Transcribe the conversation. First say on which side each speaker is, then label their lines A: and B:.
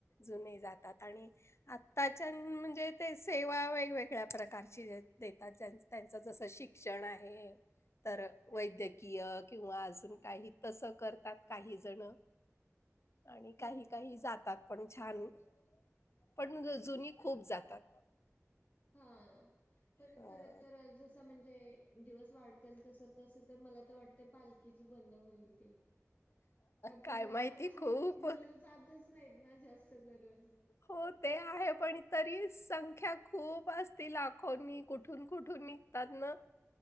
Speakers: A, on the left; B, on the left.
A: जुने जातात. आणि आत्ताच्या म्हणजे ते सेवा वेगवेगळ्या प्रकारची देतात त्यांचं जसं शिक्षण आहे तर वैद्यकीय किंवा अजून काही तसं करतात काही जण आणि
B: हो
A: काही काही जातात पण छान पणजुून खूप जातात
B: हा परत
A: अ
B: परत तर जसा म्हणजे दिवस वाढतो तस तस तर मला तर वाटत पालखीच बंद होईल ते का
A: काय
B: तर
A: माहिती
B: आताची
A: खूप
B: मुलं जातच नाहीत ना जास्त करून
A: हो ते आहे पण तरी संख्या खूप असती लाखोनी कुठून कुठून ात ना